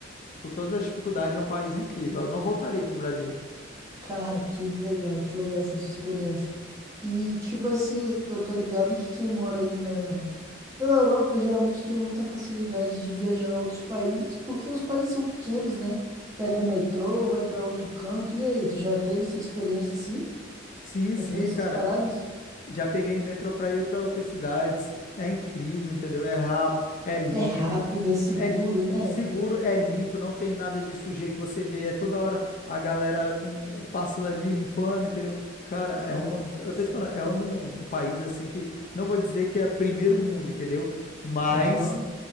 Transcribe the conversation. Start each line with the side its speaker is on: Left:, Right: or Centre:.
Left: com todas as dificuldades, é um país incrível. Eu não voltaria pro Brasil.
Right: Cara, que legal, que legal essa sua experiência. E, tipo assim, eu tô ligado que quem mora aí na. Pela Europa, geralmente tem muita facilidade de viajar a outros países, porque os países são pequenos, né? Pega um metrô, vai pra outro canto. E aí, tu já teve essa experiência assim?
Left: Sim,
Right: Já
Left: sim,
Right: fez essas
Left: cara.
Right: paradas?
Left: Já peguei metrô pra ir pra outras cidades. É incrível, entendeu? É rápido, é limpo,
Right: É rápido, é seguro,
Left: é li-
Right: né?
Left: seguro, é limpo, não tem nada de sujeira que você vê. É toda hora a galera com passando ali, limpando, entendeu? Cara,
Right: Cara,
Left: é uma. Eu
Right: sim.
Left: tô te falando, é um, um país assim que. Não vou dizer que é primeiro mundo, entendeu? Mas.
Right: Aham.